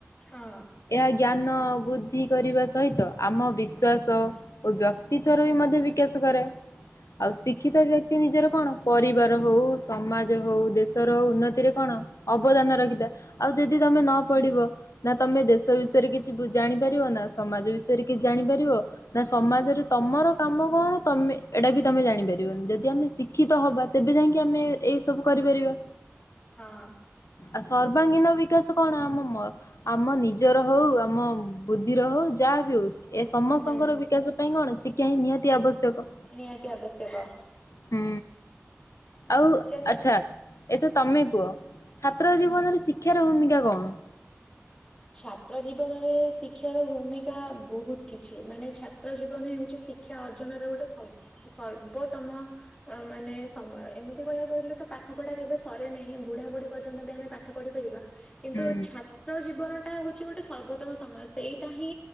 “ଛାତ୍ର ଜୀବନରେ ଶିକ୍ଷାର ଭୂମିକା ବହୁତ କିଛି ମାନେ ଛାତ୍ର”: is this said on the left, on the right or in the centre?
Left